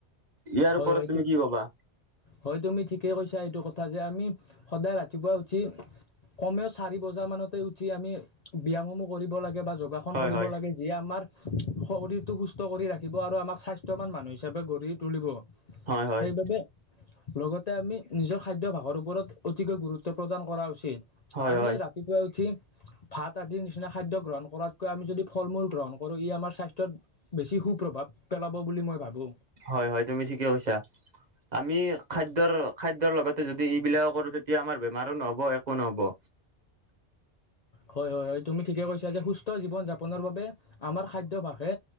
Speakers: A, on the right; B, on the left.
A: ইয়াৰ
B: হয়,
A: ওপৰত
B: হয়টো
A: তুমি কি কবা
B: হয় তুমি ঠিকেই কৈছা। এইটো কথা যে আমি সদায় ৰা ৰাতিপুৱা উঠি কমেও চাৰি বজাৰ মানতে উঠি আমি ব্যায়ামসমূহ কৰিব লাগে বা যোগাস সণ
A: হয়
B: কৰিব
A: হয়
B: লাগে, যিয়ে আমাৰ শৰীৰটো সুস্থ কৰি ৰাখিব আৰু আমাক স্বাস্থ্যৱান মানুহ হিচাপে গঢ়ি তুলিব।
A: হয় হয়
B: সেইবাবে লগতে আমি নিজৰ খাদ্যাভাসৰ ওপৰত অতিকৈ গুৰুত্ব প্ৰদান কৰা উচিত।
A: হয়
B: আমি
A: হয়
B: ৰাতিপুৱাই উঠি ভাত আদিৰ নিচিনা খাদ্য গ্ৰহণ কৰাতকৈ আমি যদি ফল-মূল গ্ৰহণ কৰোঁ, ই আমাৰ স্বাস্থ্যত বেছি সুপ্ৰভাৱ পেলাব বুলি মই ভাবোঁ।
A: হয়। হয়। তুমি ঠিকে কৈছা। আমি খাদ্যৰ -খাদ্যৰ লগতে যদি ইবিলাকো কৰো, তেতিয়া আমাৰ বেমাৰো নহ'ব। একো নহ'ব।
B: হয়। হয়। হয়। তুমি ঠিকে কৈছা যে সুস্থ জীৱন-যাপনৰ বাবে আমাৰ খাদ্যভাসে